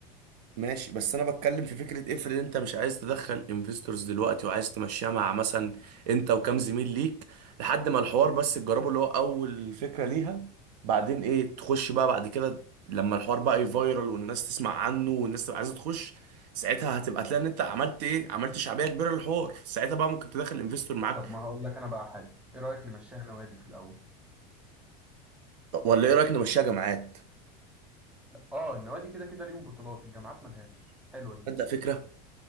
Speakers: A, on the right; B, in the centre.
A: ماشي بس انا بتكلم في فكره افرض انت مش عايز تدخل انفستورز دلوقتي وعايز تمشيها مع مثلا انت وكام زميل ليك لحد ما الحوار بس تجربه اللي هو اول فكره ليها بعدين ايه تخش بقى بعد كده لما الحوار بقى يفايرال والناس تسمع عنه والناس تبقى عايزه تخش ساعتها هتبقى تلاقي ان انت عملت ايه عملت شعبيه كبيره للحوار ساعتها بقى ممكن تدخل انفستور معاك
B: طب ما هقول لك انا بقى حاجة ايه رأيك نمشيها نوادي في الاول
A: ولا ايه رايك نمشيها جامعات
B: لا اه النوادي كده كده ليهم بطولات الجامعات ملهاش حلوة دي
A: تصدق فكره